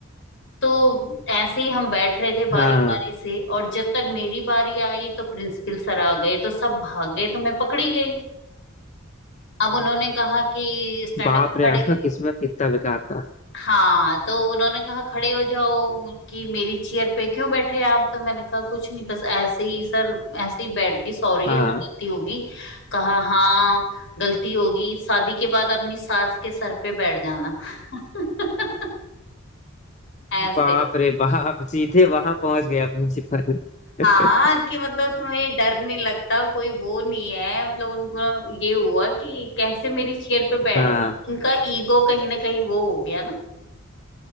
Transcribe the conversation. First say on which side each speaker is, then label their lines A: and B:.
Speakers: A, on the left (about 55°); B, on the left (about 35°).
A: तो ऐसे ही हम बैठ रहे थे बारी
B: हाँ
A: बारी से और जब तक मेरी बारी आई तो प्रिंसिपल सर आ गए तो सब भाग गए तो मैं पकड़ी गई अब उन्होंने कहा कि स्टैंड
B: बाप
A: अप
B: रे
A: खड़े
B: आपका किस्मत कितना बेकार था
A: हाँ तो उन्होंने कहा खड़े हो जाओ कि मेरी चेयर पे क्यों बैठे आप तो मैंने कहा कुछ नहीं बस ऐसे ही सर ऐसे ही बैठ गई सॉरी
B: हाँ
A: है ना गलती होगी कहा हाँ गलती होगी शादी के बाद अपनी सास के सर पे बैठ जाना <laughs> ऐसे
B: बाप रे बाप सीधे वहां पहुंच गया प्रिंसिपल <laughs>
A: हाँ कि मतलब तुम्हें डर नहीं लगता कोई वो नहीं है मतलब उनको ये हुआ कि कैसे मेरी चेयर पे बैठ
B: हाँ
A: गई उनका ईगो कहीं ना कहीं वो हो गया